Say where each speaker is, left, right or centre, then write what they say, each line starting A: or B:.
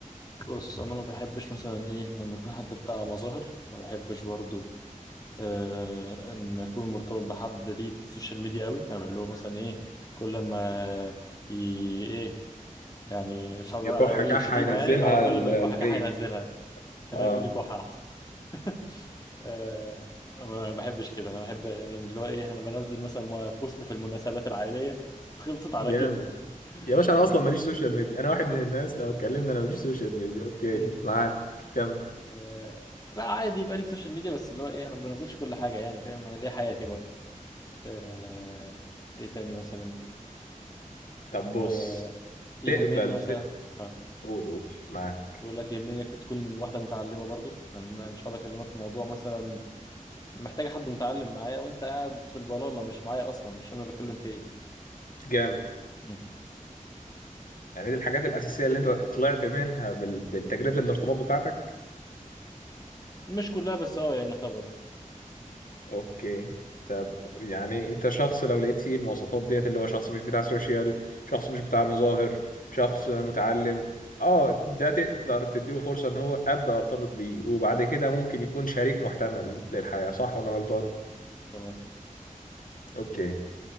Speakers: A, on the left; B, on the left.
A: بص انا ما بحبش مثلا ايه لما يكون حد بتاع مظاهر ما بحبش برضو آه ان اكون مرتبط بحد ليه في السوشيال ميديا قوي او اللي هو مثلا ايه كل ما ي... ايه يعني مش عايز
B: يكح
A: اقول
B: كحة
A: الشتيمه
B: ينزلها
A: يعني اه
B: على
A: كل
B: ال-
A: ما يكون
B: الفيس
A: حاجه هينزلها خليني
B: اه
A: اقول لك واحد احسن <laughs> آه، ما بحبش كده انا بحب يعني اللي هو ايه انا بنزل مثلا مو- بوست في المناسبات العائليه خلصت
B: جامد
A: على كده
B: يا باشا انا
A: آه،
B: اصلا ماليش سوشيال ميديا انا واحد من الناس لو اتكلمنا انا ماليش سوشيال ميديا اوكي
A: امم
B: معاك كم
A: آه، لا عادي يبقى ليك سوشيال ميديا بس اللي هو ايه انا ما بنزلش كل حاجه يعني فاهم انا ليا حياتي برضه آه، ايه تاني مثلا
B: طب بص
A: آه، يهمني
B: تقبل
A: مثلا ها
B: قول قول معاك
A: بقول لك يهمني إنك تكون واحده متعلمه برضو لان أنا مش هقدر اكلمك في موضوع مثلا محتاجه حد متعلم معايا وانت قاعد في البلاله مش معايا اصلا مش فاهم انا بتكلم في
B: جامد
A: ايه
B: يعني دي الحاجات الأساسية اللي أنت طلعت منها بال... بالتجربة الارتباط بتاعتك
A: مش كلها بس اه يعني يعتبر
B: أوكي طب يعني أنت شخص لو لقيت فيه المواصفات ديت اللي هو شخص مش بتاع سوشيال شخص مش بتاع مظاهر شخص متعلم اه ده تقدر تديله فرصة إن هو أبدأ أرتبط بيه وبعد كده ممكن يكون شريك محتمل للحياة صح ولا أنا غلطان؟
A: مظبوط تمام
B: أوكي